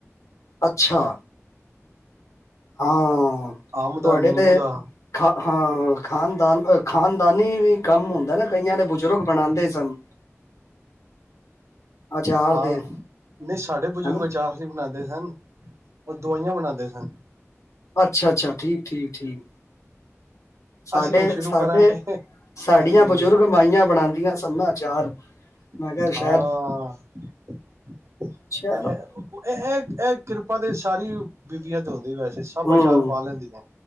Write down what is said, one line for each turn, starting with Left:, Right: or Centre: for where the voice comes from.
Left: ਅੱਛਾ ਹਾਂ
Right: ਅੰਬ ਦਾ
Left: ਤੁਹਾਡੇ
Right: ਨਿੰਬੂ
Left: ਤੇ
Right: ਦਾ
Left: ਖਾ ਹਾਂ ਖਾਨਦਾਨ ਖਾਨਦਾਨੀ ਵੀ ਕੰਮ ਹੁੰਦਾ ਨਾ ਕਈਆਂ ਦੇ ਬਜ਼ੁਰਗ ਬਣਾਦੇ ਸਨ ਅਚਾਰ
Right: ਹਾਂ
Left: ਦੇ
Right: ਨਹੀਂ ਸਾਡੇ ਬਜ਼ੁਰਗ
Left: ਹਨਾ
Right: ਅਚਾਰ ਨਹੀਂ ਬਣਾਉਂਦੇ ਸਨ ਉਹ ਦਵਾਈਆਂ ਬਣਾਉਂਦੇ ਸਨ
Left: ਅੱਛਾ ਅੱਛਾ ਠੀਕ ਠੀਕ ਠੀਕ ਸਾਡੇ
Right: ਅਸੀਂ ਹੁਣ ਸ਼ੁਰੂ
Left: ਸਾਡੇ
Right: ਕਰਾਂਗੇ
Left: ਸਾਡੀਆਂ
Right: ਹਾਂਜੀ ਹਾਂਜੀ
Left: ਬਜ਼ੁਰਗ ਮਾਈਆਂ ਬਣਾਉਂਦੀਆਂ ਸਨ ਨ ਅਚਾਰ
Right: ਹਾਂ
Left: ਮੈਂ ਕਿਹਾ ਸ਼ਾਇਦ ਚਲੋ
Right: ੲਹ ਇਹ ਏ ਕਿਰਪਾ <unintelligible> ਤੇ ਸਾਰੀ ਬੀਬੀਆ ਚ ਹੁੰਦੀ ਵੈਸੇ ਸਭ
Left: ਹਮ
Right: ਅਚਾਰ ਪਾ ਲੈਂਦੀਆਂ।